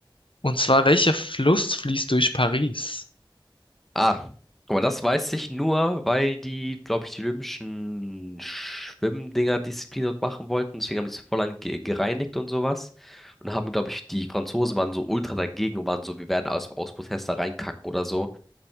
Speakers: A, on the left (about 75°); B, in the centre.
A: und zwar, welcher Fluss fließt durch Paris?
B: Ah, aber das weiß ich nur, weil die, glaube ich, die olympischen Schwimmdinger Disziplin dort machen wollten. Deswegen haben die es voll lang ge gereinigt und sowas. Und haben, glaube ich, die Franzosen waren so ultra dagegen und waren so, wir werden aus, aus Protest da reinkacken oder so.